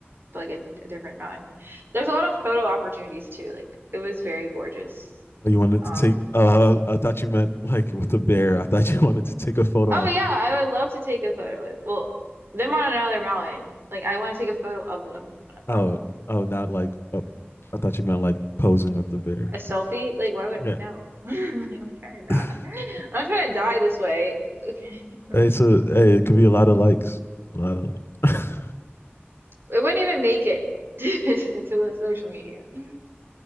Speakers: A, on the right (about 60°); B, on the left (about 65°).
A: but like a, a different mountain. There's a lot of photo opportunities too. Like it was very gorgeous.
B: Oh, You wanted
A: Um,
B: to take. Uh, I thought you meant like with the bear. I thought you <laughs> wanted to take a photo
A: oh
B: of
A: yeah, I
B: it.
A: would love to take a photo with, well, them on another mountain. Like I want to take a photo of them on a mountain.
B: Oh, oh, not like up. I thought you meant like posing with the bear.
A: A selfie? Like why would
B: Yeah.
A: no? <laughs> Like, I'm trying to die.
B: <laughs>
A: I'm not trying to die this way. <laughs> Okay. <laughs> Like,
B: hey, so hey, it could be a lot of likes. A lot of
A: It wouldn't even make it <laughs> to the social media because